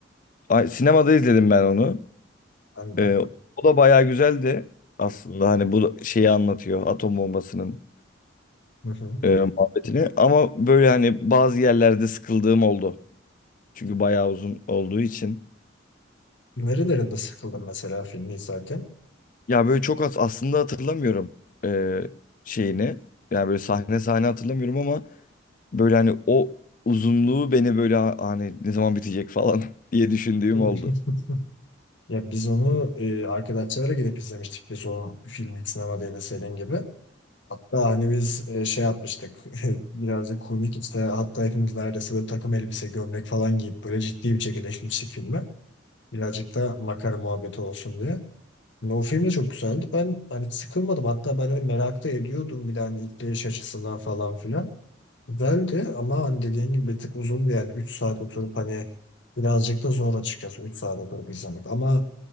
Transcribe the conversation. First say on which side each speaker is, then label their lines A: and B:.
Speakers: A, on the left; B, on the left.
A: Ay, sinemada izledim ben onu.
B: Ben de.
A: E, o da bayağı güzeldi aslında. Hani bu şeyi anlatıyor atom bombasının
B: Hı hı.
A: e, muhabbetini. Ama böyle hani bazı yerlerde sıkıldığım oldu. Çünkü bayağı uzun olduğu için.
B: Nerelerinde sıkıldın mesela filmi izlerken?
A: Ya böyle çok az aslında hatırlamıyorum eee, şeyini. Yani böyle sahne sahne hatırlamıyorum ama böyle hani o uzunluğu beni böyle ha- hani ne zaman bitecek falan <laughs> diye düşündüğüm
B: <laughs>
A: oldu.
B: Ya biz onu e, arkadaşlarla gidip izlemiştik. Biz o filmi sinemada yine senin gibi. Hatta hani biz e, şey yapmıştık. <laughs> Birazcık komik işte. Hatta hepimiz neredeyse böyle takım elbise, gömlek falan giyip böyle ciddi bir şekilde işlemiştik filmi. Birazcık da makara muhabbeti olsun diye. Yani o film de çok güzeldi. Ben hani sıkılmadım. Hatta ben hani merak da ediyordum bir de hani işleyiş açısından falan filan. Güzeldi ama hani dediğin gibi bir tık uzundu yani 3 saat oturup hani birazcık da zor açıkçası 3 saat oturup izlemek. Ama